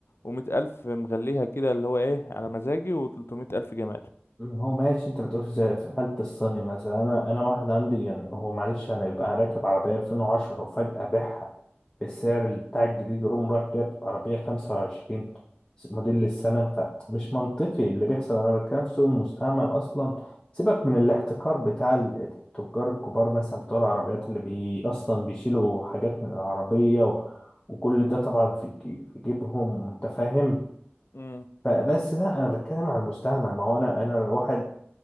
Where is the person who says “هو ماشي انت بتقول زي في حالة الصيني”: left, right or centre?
Left